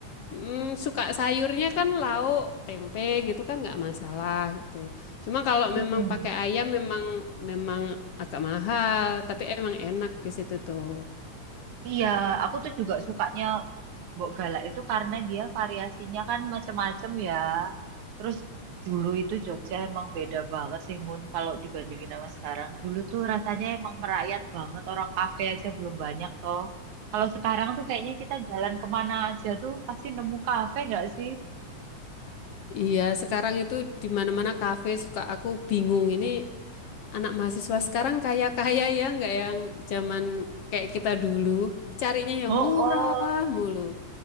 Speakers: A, on the left (about 60°); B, on the right (about 75°).
A: mm, suka sayurnya kan lauk, tempe gitu kan nggak masalah gitu. Cuma kalau
B: Mm-mm.
A: memang pakai ayam memang memang agak mahal, tapi emang enak di situ tuh.
B: Iya, aku tuh juga sukanya Mbok Galak itu karena dia variasinya kan macem-macem ya. Terus dulu itu Jogja emang beda banget sih Mun kalau dibandingin sama sekarang. Dulu tuh rasanya emang merayat banget, orang kafe aja belum banyak toh. Kalau sekarang tuh kayaknya kita jalan kemana aja tuh pasti nemu kafe nggak sih?
A: Iya, sekarang itu di mana-mana kafe suka aku bingung ini anak mahasiswa sekarang kaya-kaya ya, nggak yang zaman kayak kita dulu, carinya yang
B: Oh,
A: murah
B: oh.
A: mulu.